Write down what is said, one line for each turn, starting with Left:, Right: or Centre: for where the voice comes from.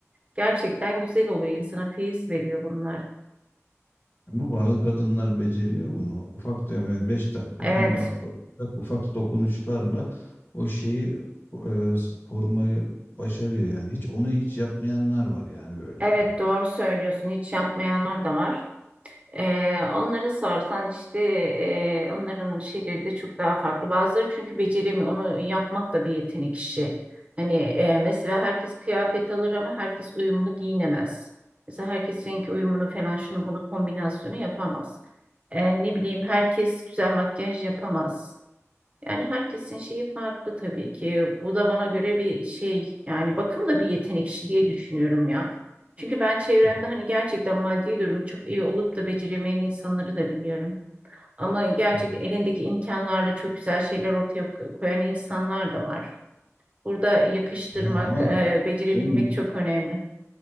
Right: Gerçekten güzel oluyor, insana feyiz veriyor bunlar.
Left: Ama bazı kadınlar beceriyor bunu. Ufak deme beş dakika
Right: Evet.
Left: on dakika ufak, ufak dokunuşlarla o şeyi e, korumayı başarıyor yani. Hiç onu hiç yapmayanlar var yani böyle.
Right: Evet doğru söylüyorsun. Hiç yapmayanlar da var. Ee, onlara sorsan işte e, onların şeyleri de çok daha farklı. Bazıları çünkü beceremiyor. Onu yapmak da bir yetenek işi. Hani e, mesela herkes kıyafet alır ama herkes uyumlu giyinemez. Mesela herkes renk uyumunu falan şunu bunu kombinasyonu yapamaz. Ee, ne bileyim herkes güzel makyaj yapamaz. Yani herkesin şeyi farklı tabii ki. Bu da bana göre bir şey. Yani bakım da bir yetenek işi diye düşünüyorum ya. Çünkü ben çevremde
Left: Ya,
Right: hani gerçekten maddi durum çok iyi olup da beceremeyen insanları da biliyorum. Ama gerçekten
Left: ya,
Right: elindeki imkanlarla çok güzel şeyler ortaya koyan insanlar da var. Burada yakıştırmak,
Left: ya ama
Right: e, becerebilmek
Left: şimdi
Right: çok önemli.